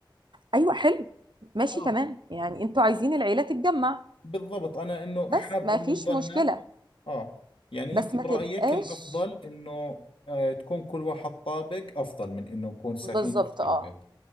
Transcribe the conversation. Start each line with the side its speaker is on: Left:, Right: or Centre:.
Right: ايوه حلو ماشي
Left: اه
Right: تمام يعني انتوا عايزين العيله تتجمع
Left: بالضبط انا انه
Right: بس
Left: حاب
Right: ما
Left: انه
Right: فيش
Left: نضلنا
Right: مشكله
Left: اه يعني
Right: بس
Left: انت برأيك
Right: ما تبقاش
Left: الافضل انه آه تكون كل واحد طابق افضل من انه نكون ساكنين
Right: بالظبط
Left: تحت
Right: اه
Left: البيت